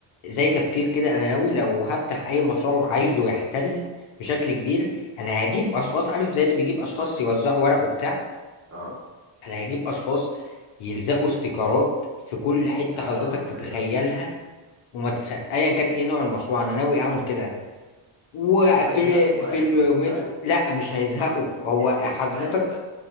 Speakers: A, on the left; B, on the right.
A: زي تفكير كده انا ناوي لو هفتح اي مشروع
B: مم.
A: وعايزه يحتل بشكل كبير انا هجيب اشخاص عارف زي اللي بيجيب اشخاص يوزعوا ورق وبتاع
B: اه
A: انا هجيب اشخاص يلزقوا استيكرات في كل حتة
B: على
A: حضرتك
B: العربية
A: تتخيلها وما تتخ...
B: مم.
A: ايا كان ايه نوع المشروع انا ناوي اعمل كده وفي
B: مم. هيزهقوا وهيحسوا
A: في المترو
B: طيب
A: لا مش هيزهقوا هو
B: الحاح
A: حضرتك